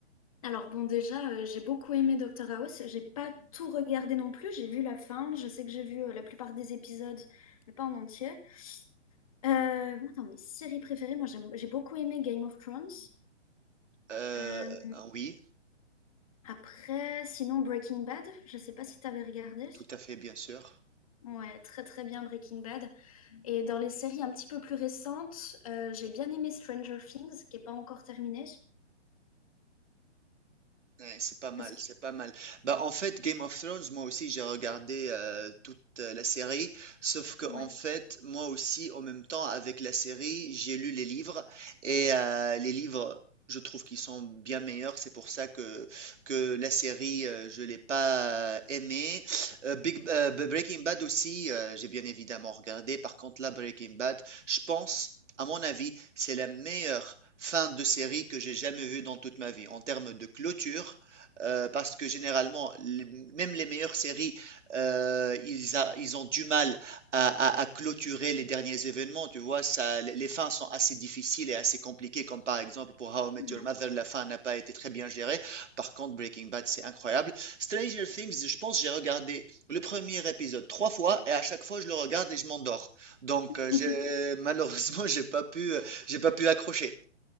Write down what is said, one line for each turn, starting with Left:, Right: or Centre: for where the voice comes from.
Left: Alors bon, déjà, euh, j'ai beaucoup aimé Doctor House. J'ai pas tout regardé non plus. J'ai vu la fin. Je sais que j'ai vu euh, la plupart des épisodes, mais pas en entier. Euh, moi, dans mes séries préférées, moi, j'aime- j'ai beaucoup aimé Game of Thrones.
Right: Euh,
Left: Euh,
Right: oui,
Left: après, sinon Breaking Bad. Je sais pas si t'avais regardé.
Right: tout à fait, bien sûr.
Left: Ouais, très très bien Breaking Bad. Et dans les séries un petit peu plus récentes, euh, j'ai bien aimé Stranger Things, qui n'est pas encore terminée.
Right: Ouais, c'est pas mal,
Left: Est-ce que...
Right: c'est pas mal. Bah, en fait, Game of Thrones, moi aussi, j'ai regardé euh, toute euh, la série, sauf que en
Left: Ouais,
Right: fait, moi aussi, en même temps, avec la série, j'ai lu les livres, et euh, les livres, je trouve qu'ils sont bien meilleurs, c'est pour ça que, que la série, euh, je l'ai pas euh, aimée. Euh, Big, euh, Breaking Bad aussi, euh, j'ai bien évidemment regardé, par contre, là, Breaking Bad, je pense à mon avis, c'est la meilleure fin de série que j'ai jamais vue dans toute ma vie en termes de clôture. euh, parce que généralement, les- même les meilleures séries, euh, ils, a- ils ont du mal à, à- à clôturer les derniers événements. Tu vois, ça, les les fins sont assez difficiles et assez compliquées, comme par exemple pour How I Met
Left: ouais.
Right: Your Mother, la fin n'a pas été très bien gérée. Par contre, Breaking Bad, c'est incroyable. Stranger Things, je pense, j'ai regardé le premier épisode trois fois et à chaque fois, je le regarde et je m'endors. Donc,
Left: <laughs>
Right: euh, j'ai, malheureusement, <laughs> j'ai pas pu, euh, j'ai pas pu accrocher.